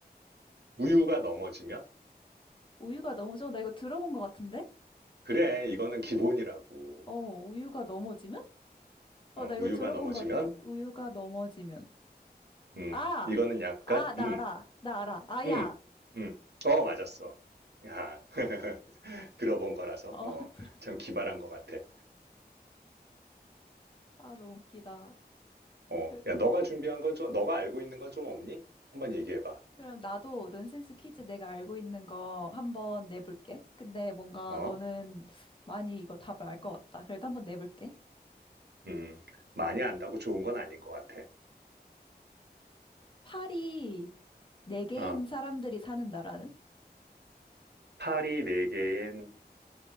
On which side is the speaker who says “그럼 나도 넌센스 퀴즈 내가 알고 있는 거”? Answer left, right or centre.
Left